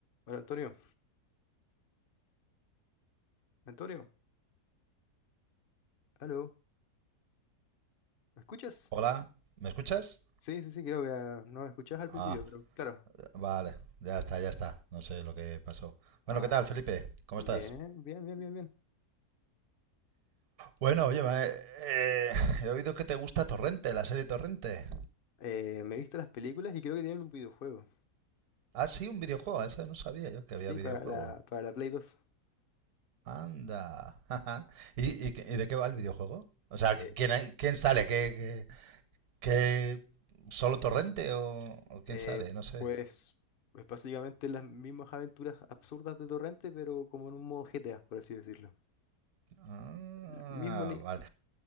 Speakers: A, on the left; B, on the right.
A: Hola Antonio, Antonio, aló, ¿me escuchas?
B: Hola, ¿me escuchas?
A: Sí, sí, sí, creo que ah, no me escuchabas al
B: Ah,
A: principio, pero claro.
B: vale, ya está, ya está. No sé lo que pasó. Bueno,
A: Ah,
B: ¿qué tal, Felipe? ¿Cómo
A: bien,
B: estás?
A: bien, bien, bien, bien.
B: Bueno, oye, ma- eh, he oído que te gusta Torrente, la serie Torrente.
A: Eh, me he visto las películas y creo que tienen un videojuego.
B: Ah, sí, un videojuego, eso no sabía yo que
A: Sí,
B: había videojuego.
A: para la, para la Play dos.
B: Anda. <laughs> ¿Y, y qué- y de qué va el videojuego? O sea,
A: Eh,
B: ¿quién, hay- quién sale? ¿Qué, qué, qué- solo Torrente o, o quién
A: eh,
B: sale? No sé.
A: pues, pues básicamente las mismas aventuras absurdas de Torrente, pero como en un modo GTA, por así decirlo.
B: Ah,
A: El mismo, ni-
B: vale.